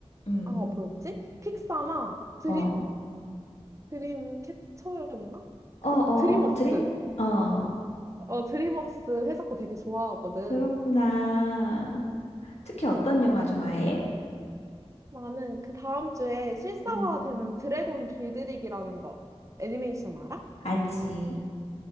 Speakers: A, on the left; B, on the right.
A: 음.
B: 아, 뭐였지? 픽사나 드림,
A: 어.
B: 드림 캐쳐였나?
A: 어,
B: 그
A: 어,
B: 드림웍스.
A: 어, 드림, 어,
B: 어, 드림웍스 회사 거 되게 좋아하거든.
A: 그렇구나. 특히 어떤 영화 좋아해?
B: 나는 그 다음 주에 실사화되는
A: 음.
B: 드래곤 길들이기라는 거 애니메이션 알아?
A: 알지.